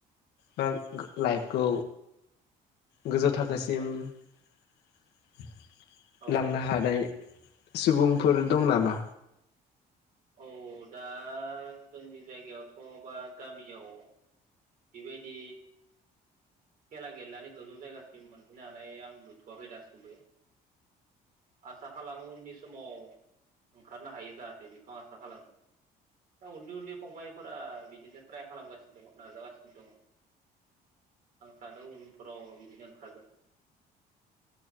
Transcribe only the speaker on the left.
बा लाइफखौ गोजौ थाखोसिम
<unintelligible>
लांनो
हानाय। सुबुंफोर दं नामा?